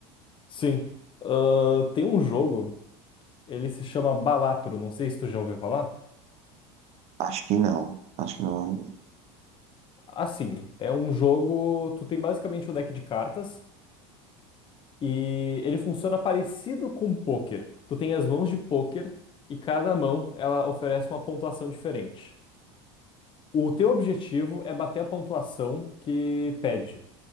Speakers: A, on the left; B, on the right.
A: Sim. Ah, tem um jogo, ele se chama Balatro, não sei se tu já ouviu falar.
B: acho que não. Acho que não.
A: Assim, é um jogo. Tu tem basicamente o deck de cartas e ele funciona parecido com pôquer. Tu tem as mãos de pôquer e cada mão ela oferece uma pontuação diferente. O teu objetivo é bater a pontuação que pede.